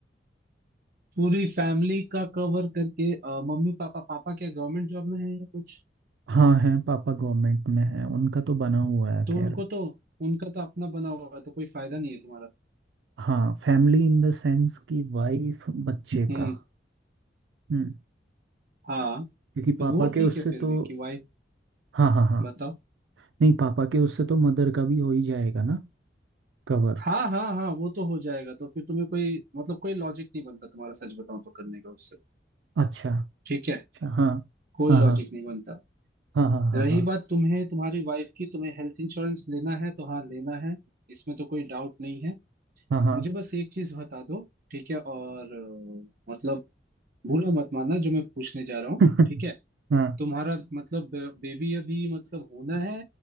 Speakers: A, on the right; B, on the right.
A: पूरी फैमिली का कवर करके अ, मम्मी पापा पापा क्या गवर्नमेंट जॉब में है या कुछ
B: हाँ हैं पापा गवर्नमेंट में है उनका तो बना हुआ है
A: तो
B: खैर
A: उनको तो उनका तो अपना बना हुआ है तो कोई फायदा नहीं है तुम्हारा
B: हाँ फैमिली इन द सेंस कि वाइफ बच्चे
A: हम्म
B: का हम्म
A: हाँ
B: क्योंकि
A: तो
B: पापा
A: वो
B: के
A: ठीक
B: उससे
A: है फिर
B: तो
A: भी कि वाइफ
B: हाँ हाँ हाँ
A: बताओ
B: नहीं पापा के उससे तो मदर का भी हो ही जाएगा ना कवर
A: हाँ हाँ हाँ वो तो हो जाएगा तो फिर तुम्हें कोई मतलब कोई लॉजिक नहीं बनता तुम्हारा सच बताऊं तो करने का उससे
B: अच्छा
A: ठीक है
B: अच्छा हाँ
A: कोई
B: हाँ
A: लॉजिक
B: हाँ
A: नहीं बनता
B: हाँ हाँ
A: रही
B: हाँ
A: बात तुम्हें तुम्हारी वाइफ की तुम्हें हेल्थ इंश्योरेंस लेना है तो हाँ लेना है इसमें तो कोई डाउट नहीं है
B: हाँ हाँ
A: मुझे
B: हाँ
A: बस एक चीज बता दो ठीक है और अ, मतलब बुरा मत मानना जो मैं पूछने जा रहा हूँ
B: <laughs>
A: ठीक है
B: हाँ
A: तुम्हारा मतलब बेबी अभी मतलब होना है